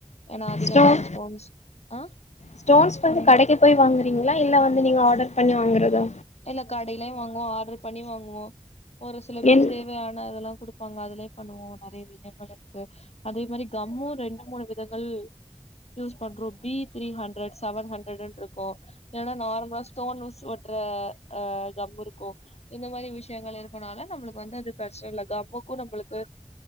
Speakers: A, on the left; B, on the left.
A: ஏனா அதிகமான
B: ஸ்டோன்
A: ஸ்டோன்ஸ் ஆ
B: ஸ்டோன்ஸ் வந்து
A: சொல்லுங்க
B: கடைக்கு போய் வாங்குறீங்களா இல்ல வந்து நீங்க ஆர்டர் பண்ணி வாங்குறதா
A: இல்ல கடைலயு வாங்குவோ ஆர்டர் பண்ணி வாங்குவோ ஒரு சில பேர்
B: என்
A: தேவையான அதெல்லா குடு ப்பாங்க அதுலயே பண்ணுவோ நெறைய விதங்கள் இருக்கு அதே மாரி கம்மு ரெண்டு மூணு விதங்கள் யூஸ் பண்றோ பி த்ரீ ஹண்ட்ரட் செவன் ஹண்ட்ரட்ன்னு இருக்கு இல்லனா நார்மலா ஸ்டோன்ஸ் ஒட்டுற அ கம் இருக்கு இந்த மாரி விசயங்கள் இருக்கனால நம்மளுக்கு வந்து அது பிரெச்சன இல்ல கம்முக்கு நம்மளுக்கு